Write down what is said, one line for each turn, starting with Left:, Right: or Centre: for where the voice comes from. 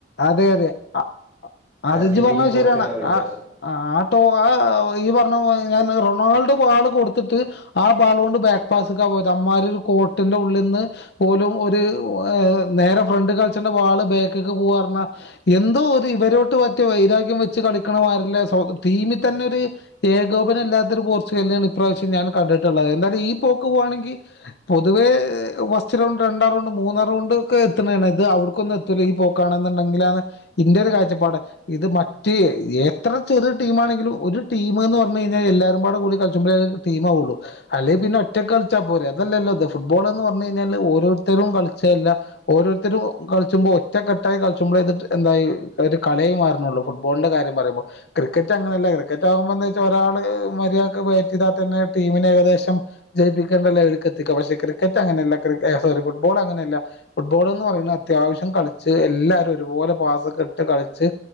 Left: അതെ അതെ അ അ അത്
Centre: അർജന്റീനയും
Left: ഇജ്ജ് പറഞ്ഞത്
Centre: പോർച്ചുഗലും
Left: ശരിയാണ്
Centre: തമ്മിലുള്ള വ്യത്യാസം
Left: ആ ആ ആ ട്ടോ ആ ആ ഈ പറഞ്ഞപോലെ ഞാൻ അത് റൊണാ ണാൾഡ് ബാള് കൊടുത്തിട്ട് ആ ബാള് കൊണ്ട് ബാക്ക് പാസ്സ് <unintelligible> അമ്മാര് ഒരു കോട്ടിന്റെ ഉള്ളിൽന്ന് പോലും ഒരു ഒ എ നേരെ ഫ്രണ്ടി കളിച്ചവന്റെ ബാള് ബാക്ക് <unintelligible> എന്തോ ഒരു ഇവരോട്ട് മറ്റ് വൈരാഗ്യം വെച്ച് കളിക്കണമാരില്ലെ സൊ ടീമിൽ തന്നെ ഒരു ഏകോപനവില്ലാത്തൊരു പോർച്ചുഗൽനെയാണ് ഇപ്രാവശ്യം ഞാൻ കണ്ടിട്ടുള്ളത് എന്തായാലും ഈ പോക്ക് പോവാണെങ്കിൽ പൊതുവേ ഫസ്റ്റ്റൗണ്ട് രണ്ടാം റൗണ്ട് മൂന്നാം റൗണ്ട് ഒക്കെ എത്തണെണ് ഇത് അവിടക്കൊന്നും എത്തൂല്ല ഈ പോക്ക് <unintelligible> ണെന്നുണ്ടെങ്കിലാണ് ഇന്റ ഒരു കാഴ്ചപ്പാട് ഇത് മറ്റേ ഏത്ര ചെറിയ ടീം ആണെങ്കിലും ഒരു ടീം എന്ന് പറഞ്ഞ് കഴിഞ്ഞാൽ എല്ലാരുംപാടെ കൂടി കളിചുമ്പഴേ അതൊരു ടീം ആവുള്ളു അല്ലേൽ പിന്നെ ഒറ്റക്ക് കളിച്ചാൽ പോരെ അതല്ലല്ലോ അത് ഫുട്ബോള് എന്ന് പറഞ്ഞ് കഴിഞ്ഞാല് ഓരോരുത്തരും കളിച്ചാല്ല ഓരോരുത്തരും ഒ കളിച്ചുമ്പോ ഒ ഒറ്റ കെട്ടായി കളിചുമ്പ്ലെ ഇത് റ്റ് എന്തായി ഒരു <unintelligible> മാറുന്നുള്ളു ഫുട്ബോളിന്റെ കാര്യം പറയുമ്പോ ക്രിക്കറ്റ് അങ്ങനയല്ല ക്രിക്കറ്റ് ആകുമ്പോ എന്താ വെച്ചാ ഒരാള് മര്യാക്ക് ബാറ്റ് ചെയ്താൽ തന്നെ ടീമിനെ ഏകദേശം ജയിപ്പിക്കേണ്ട ലെവലിക്കു എത്തിക്കാം പക്ഷെ ക്രിക്കറ്റ് അങ്ങനല്ല ക്രിക് എ സോറി ഫുട്ബോള് അങ്ങനെയല്ല ഫുട്ബോള് എന്ന് പറയുന്നത് അത്യാവശ്യം കളി ക്ഷേ എല്ലാരും ഒരുപോല പാസൊക്കെ ഇട്ട് കളിച്ച്